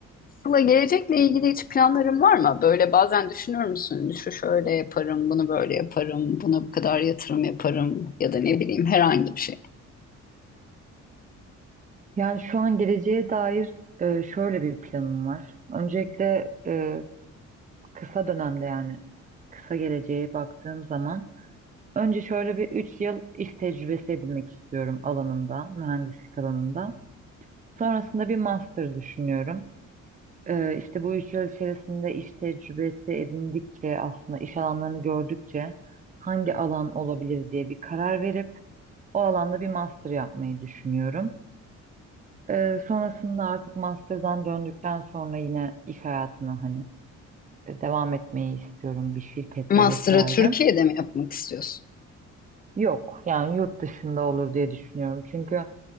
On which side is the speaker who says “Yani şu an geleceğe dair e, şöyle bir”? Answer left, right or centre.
Right